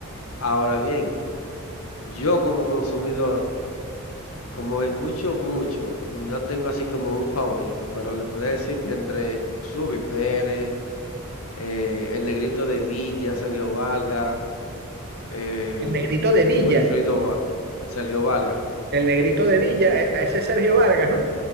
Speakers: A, on the left (about 80°); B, on the right (about 50°).
A: ahora bien, yo como consumidor, como escucho mucho, no tengo así como un favorito, pero le puedo decir que entre Ruby Pérez, eh, el Negrito de Villa, Sergio Valga, eh,
B: El negrito de Villa,
A: Wilfrido Va- Sergio Valga.
B: el negrito de Villa, e- a ese es Sergio Vargas, ¿no?